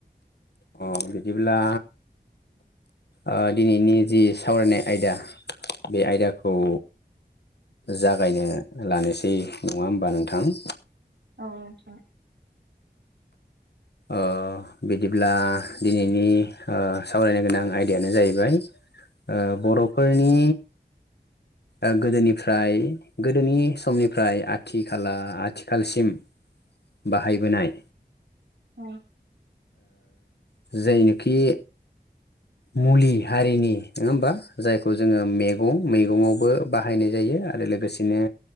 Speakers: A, on the left; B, on the right.
A: अ बिदिब्ला ओ दिनैनि जि सावरायनाय आयदा बे आयदाखौ जागायनो लानोसै नङा होमबा नोंथां?
B: औ नोंथां।
A: ओ बिदिब्ला दिनैनि ओ सावरायनो गोनां आयदायानो जाहैबाय ओ बर'फोरनि ओ गोदोनिफ्राय गोदोनि समनिफ्राय आथि खाला आथिखालसिम बाहायबोनाय
B: औ
A: जायनोखि मुलि हारिनि नङा होमबा जायखौ जोङो मैगं मैगंावबो बाहायनाय जायो आरो लोगोसे बिदिनो